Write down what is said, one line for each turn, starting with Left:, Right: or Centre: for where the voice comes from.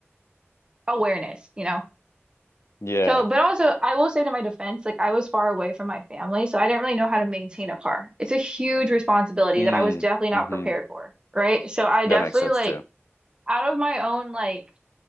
Right: awareness, you know?
Left: Yeah.
Right: So, but also, I will say to my defense, like I was far away from my family, so I didn't really know how to maintain a car. It's a huge responsibility
Left: Mm,
Right: that I was definitely not
Left: hmm
Right: prepared for, right? So I
Left: That
Right: definitely
Left: makes sense
Right: like,
Left: too.
Right: out of my own like